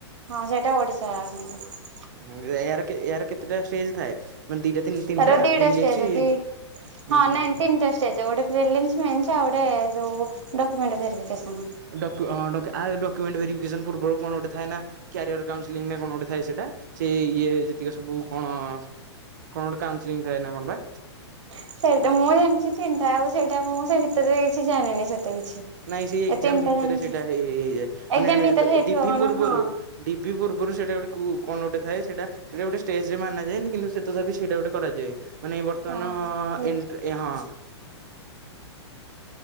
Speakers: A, on the right; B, on the right.
A: ହଁ ସେଇଟା ଓଡିଶା ର <unintelligible>
B: ହୁଁ ଏହାର ଏହାର କେତେଟା ଷ୍ଟେଜ ଥାଏ? ମାନେ ଦିଟା ତିନ ତିନିଟା
A: ତାର ଦିଟା
B: ପ୍ରିଲିମ୍ସ
A: ଷ୍ଟେଜ ଦି ହଁ
B: ହୁଁ
A: ନାଇଁ
B: ହୁଁ।
A: <unintelligible> ଗୋଟେ ପରିମିଲିନ୍ସ <unintelligible> ଆଉ ଗୋଟେ-ଏ-ଏ-ଏ ଯୋଉ-ଉ-ଉ ଡକୁମେଣ୍ଟ ଭେରିଫିକେସନ।
B: ଡକ୍ୟୁ ହଁ <unintelligible> ଡକ୍ୟୁମେଣ୍ଟ ଭେରିଫିକେସ ପୂବରୁ କଣ ଗୋଟେ ଥାଏ ନା କ୍ୟାରିୟର କାଉନସେଲିଂ ନା କଣ ଗୋଟେ ଥାଏ ସେଇଟା ସେ ଇଏ ଯେତିକି ସବୁ କଣ-ଅ-ଅ କଣ ଗୋଟେ କାଉନସିଲିଂ ଥାଏ ନା କଣ ବା?
A: ସେଇଟା ମୁଁ ଜାଣିଛି ତିନିଟା ଆଉ ସେଇଟା ମୁଁ ସେ ଭିତରେ କିଛି ଜାଣିନି ସେତେ କିଛି।
B: ନାଇଁ ସେଇ ଏକ୍ଜାମ
A: ଏ ତିନିଟା
B: ଭିତରେ
A: ଜାଣିଛି
B: ସେଇଟା ହେଇ ହେଇଯାଏ
A: ଏକ୍ଜାମ
B: ମାନେ
A: ଭିତରେ ହେଇଥିବ
B: ଡି ଭି
A: କଣ
B: ପୂର୍ବରୁ।
A: ହଁ।
B: ଡିି ଭି ପୂର୍ବରୁ ସେଇଟା ଗୋଟେ କୋ କଣ ଗୋଟେ ଥାଏ ସେଇଟା। ସେଟା ଗୋଟେ ଷ୍ଟେଜ ରେ ମାନା ଯାଏନି କିନ୍ତୁ ସେ ତଥାପି ସେଇଟା ଗୋଟେ କରାଯାଏ। ମାନେ-ଏ-ଏ ବର୍ତ୍ତମାନ-ଅ-ଅ-ଅ
A: ହଁ ହଁ ହେଇଥିବ।
B: ଏ ହଁ।